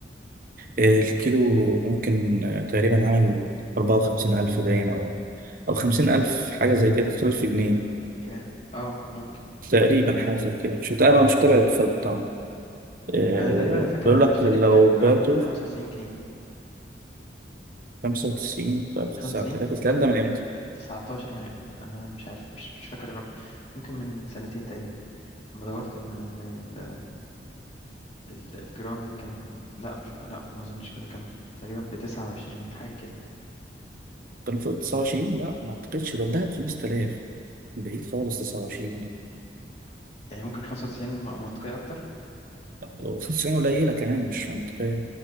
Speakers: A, on the right (about 50°); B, on the left (about 35°).
A: آه، الكيلو ممكن آه، تقريبا عامل 54000 باين او او 50000 حاجه زي كده 5000 جنيه
B: يا اه ممكن
A: تقريبا حاجه زي كده شفت انا مش متابع الفضه طبعاً. آه،
B: انا تقريبا انا فاكر
A: بقول
B: انا لما
A: لك
B: اشتريت
A: لو
B: كان الجرام
A: بعته
B: ب 95 جنيه
A: خمسة وتسعين في ألف
B: 95
A: تسعة آلاف الكلام
B: لا
A: ده من إمتى؟
B: 19 يعني انا مش عارف مش, مش فاكر الرقم ممكن من سنتين تقريبا لما دورت ان ان ال- ال- الجرام كان لا مش لا ما اظنش كده كان تقريبا ب 29 حاجه كده
A: كان في تسعة وعشرين لا ما أعتقدش ده الدهب بخمسة آلاف بعيد خالص تسعة وعشرين ده
B: يعني ممكن 95 م- منطقيه اكتر
A: وتسعين قليلة كمان مش منطقية